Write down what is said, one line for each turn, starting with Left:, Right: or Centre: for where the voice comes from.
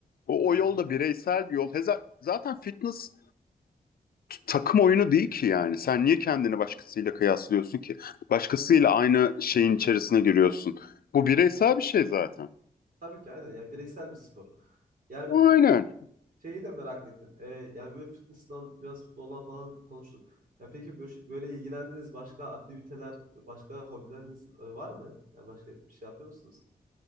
Left: O,
Right: Hı hı.
Left: o yol da bireysel bir yol. Heza- zaten fitness takım oyunu değil ki yani. Sen niye kendini başkasıyla kıyaslıyorsun ki? Başkasıyla aynı şeyin içerisine giriyorsun. Bu bireysel bir şey zaten.
Right: Tabii ki aynen ya bireysel bir spor. Yani
Left: Aynen.
Right: şeyi de merak ettim. E, yani böyle fitness'dan biraz futboldan falan konuştuk. Ya peki böyle, böyle ilgilendiğiniz başka aktiviteler, başka hobileriniz e, var mı? Yani başka bir şey yapıyor musunuz?